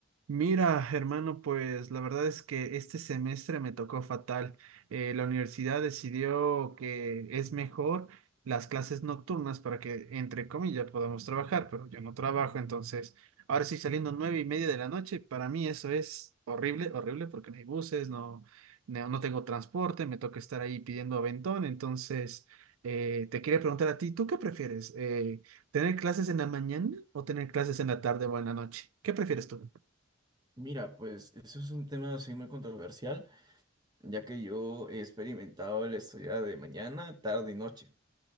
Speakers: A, on the right; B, on the right.
A: Mira, hermano, pues la verdad es que este semestre me tocó fatal. Eh, la universidad decidió que es mejor las clases nocturnas para que, entre comillas, podamos trabajar, pero yo no trabajo, entonces ahora sí saliendo nueve y media de la noche, para mí eso es horrible, horrible, porque no hay buses, no, no, no tengo transporte, me toca estar ahí pidiendo aventón, entonces eh, te quería preguntar a ti, ¿tú qué prefieres? Eh, ¿tener clases en la mañana o tener clases en la tarde o en la noche? ¿Qué prefieres tú?
B: Mira, pues eso es un tema así muy controversial, ya que yo he experimentado el estudiar de mañana, tarde y noche.